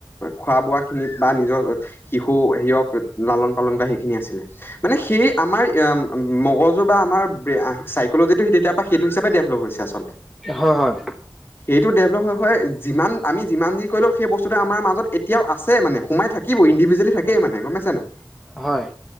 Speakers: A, on the left; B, in the centre.
A: খোৱা বোৱা খিনি বা নিজৰ শিশু হেৰিয়ক লালন পালন কৰা সেইখিনি আছিলে মানে সেই আমাৰ মগজু বা আমাৰ বে চাইকলজিটো তেতিয়া সেইটো হিচাপে ডেভলপ হৈছে আচলতে।
B: হয় হয়।
A: সেইটো ডেভেললপ হৈ হৈ যিমান আমি সেইটো ডেভলপ হৈ হৈ আমি যিমান যি কৰিলেও সেই বস্তুটো আমাৰ মাজত এতিয়াও আছেই মানে, সোমাই থাকে। কিবও, ইণ্ডিভিজুৱেলি থাকেই মানে, গ'ম পাইছা নে নাই?
B: হয়।